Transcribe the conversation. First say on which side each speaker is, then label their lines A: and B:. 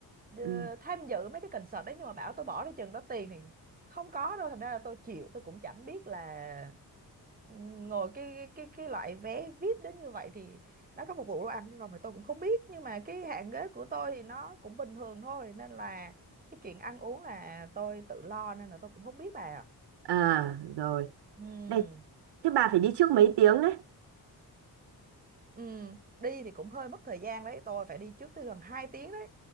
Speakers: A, on the right; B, on the right.
A: ờ,
B: ừ.
A: tham dự mấy cái concert đấy nhưng mà bảo tôi bỏ ra chừng đó tiền thì không có đâu thành ra là tôi chịu tôi cũng chẳng biết là ừ, ngồi cái cái cái cái loại vé VIP đến như vậy thì nó có phục vụ đồ ăn hay không thì tôi cũng không biết nhưng mà cái hạng ghế của tôi thì nó cũng bình thường thôi nên là cái chuyện ăn uống là tôi tự lo nên là tôi cũng không biết bà
B: à rồi
A: ừ
B: đây thế bà phải đi trước mấy tiếng đấy
A: Ừ, đi thì cũng hơi mất thời gian đấy, tôi phải đi trước tới gần 2 tiếng đấy.